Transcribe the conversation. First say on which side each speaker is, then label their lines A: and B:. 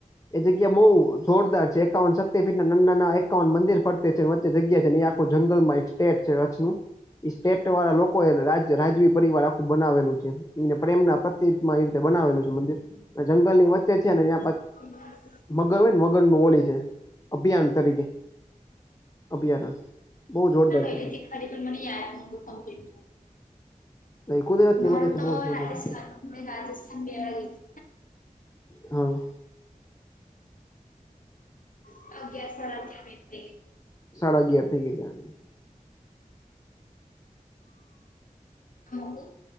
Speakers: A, on the left; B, on the left.
A: એ જગ્યા બહુ જોરદાર છે એકાવન શક્તિ પીઠ નાન નાના એ. કાવન મંદિર ફરતે છે વચ્ચે જગ્યા છે એ આખું જંગલ માં એક સ્ટેટ છે રછનું. સ્ટેટ વાળા લોકો એ રાજ રાજવી પરિવાર આખું બનાવેલું છે. એ પ્રેમના પ્રતીતમાં ઈ રીતે બનાવેલું છે મંદિર જંગલ ની વચ્ચે છે નેયાં.
B: <unintelligible>
A: મગર હોય ને મગર નું ઓલી છે અભયારણ તરીકે અભયારણ. બહુ જોરદાર છે.
B: એ ખાડી બી મને યાદ છે બવ કમ્પલીટ.
A: છે કુદરત ની
B: મારું
A: વચ્ચે છે
B: તો
A: બહુ જોરદાર
B: રાજસ્થાન
A: જગ્યા છે
B: અમે રાજસ્થાન મેવાડી.
A: હા.
B: <unintelligible>
A: સાડા અગિયાર થઈ ગયા છે.
B: <unintelligible>